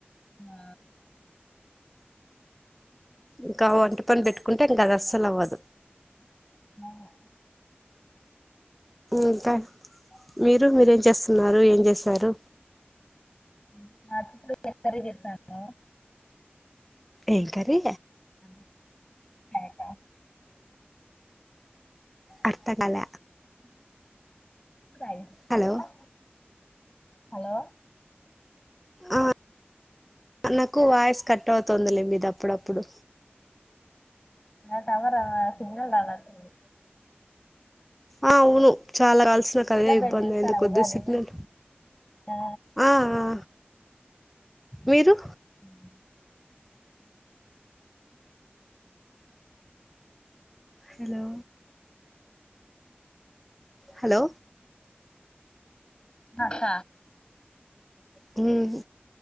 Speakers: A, on the left; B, in the centre.
A: ఆ
B: ఇంక వంట పని పెట్టుకుంటె ఇంక అదస్సలు అవ్వదు
A: అవును
B: ఇంకా మీరు మీరేం చేస్తున్నారు ఏం చేసారు
A: మ్మ్ అట్టుకుల కర్రీ చేస్తాను
B: ఏం కర్రీ
A: అను పేక
B: అర్థంకాల
A: <inaudible> రైస్ కూడా
B: హలో
A: హాలో
B: ఆ నాకు వాయిస్ కట్ అవుతుంది లేండి మీది అప్పుడప్పుడు
A: ఆ టవరు సిగ్నల్ రాలేకుంది
B: ఆ అవును చాలా కావాల్సిన కరె
A: సెలబ్రేట్
B: ఇబ్బంది
A: చేస్తారా
B: అయింది కొద్దిగా
A: ఉగాది
B: సిగ్నల్
A: ఆ
B: ఆ ఆఆ మీరు
A: ఉమ్
B: హలో హాలో
A: నక్క
B: హ్మ్